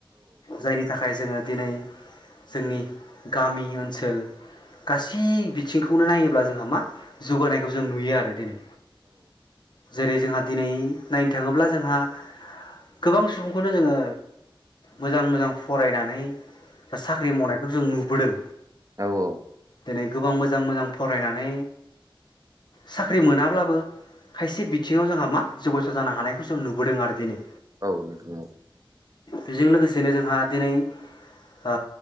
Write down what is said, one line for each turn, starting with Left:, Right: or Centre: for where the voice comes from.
Left: जायनि थाखाय जोंङो दिनै जोंनि गामि ओनसोल गासै बिथिंखौनो नायोब्ला जोंहा मा जौगानायखौ जों नुयो आरो दिनै जेरै जोंहा दिनै नायनो थांङोब्ला जोंहा गोबां सुबुंखौनो जोंङो मोजां मोजां फरायनानै दा साख्रि मावनायखौ जों नु बोदों
Right: औ औ
Left: दिनै गोबां मोजां मोजां फरायनानै साख्रि मोनाब्लाबो खायसे बिथिङाव जोंहा मा जौगासारनो हानायखौ जों नुयो बोदों आरो दिनै
Right: औ <unintelligible>
Left: बेजों लोगोसेनो जोंहा दिनै ओ